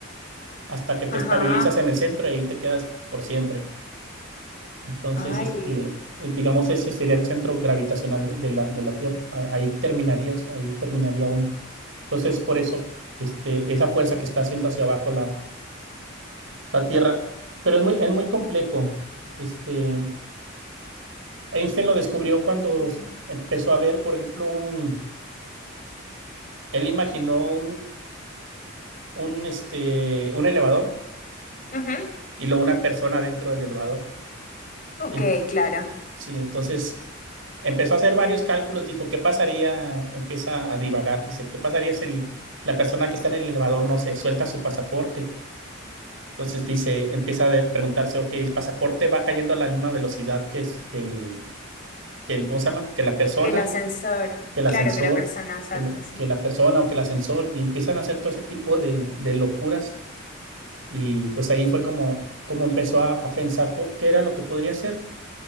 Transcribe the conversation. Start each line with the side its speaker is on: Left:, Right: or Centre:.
Right: hasta que te
Left: Ajá.
Right: estabilizas en el centro y ahí te quedas por siempre. Entonces,
Left: Ay.
Right: este, eh, digamos, ese sería el centro gravitacional de, de la, de la Tierra. Ahí terminarías, ahí terminaría uno. Entonces, por eso, este, esa fuerza que está haciendo hacia abajo la, la Tierra. Pero es muy, es muy complejo. Este, Einstein lo descubrió cuando
Left: Sí.
Right: empezó a ver, por ejemplo, un, él imaginó un, un, este, un elevador
Left: Ujú,
Right: y luego una persona dentro del elevador.
Left: Ok,
Right: Y-
Left: claro.
Right: sí, entonces empezó a hacer varios cálculos, dijo, ¿qué pasaría? Empieza a divagar, dice, ¿qué pasaría si el- la persona que está en el elevador, no sé, suelta su pasaporte? Entonces dice, empieza a de- preguntarse, ok, el pasaporte va cayendo a la misma velocidad que, es, que el, que el, ¿cómo se llama? Que la persona.
Left: Que el ascensor,
Right: que el
Left: claro
Right: ascensor,
Left: que la persona, exacto,
Right: que, la-
Left: sí.
Right: que la persona o que el ascensor, y empiezan a hacer todo ese tipo de, de locuras. Y pues ahí fue como, como empezó a, a pensar co- qué era lo que podría hacer.